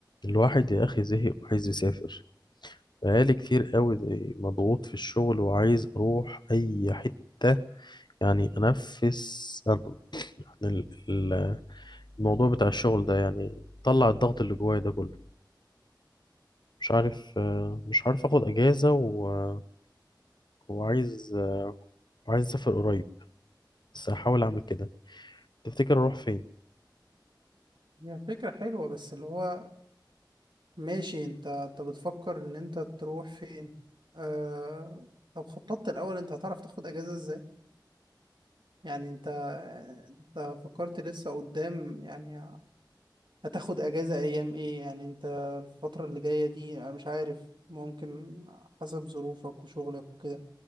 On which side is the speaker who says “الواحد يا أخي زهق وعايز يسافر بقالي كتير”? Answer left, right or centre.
Left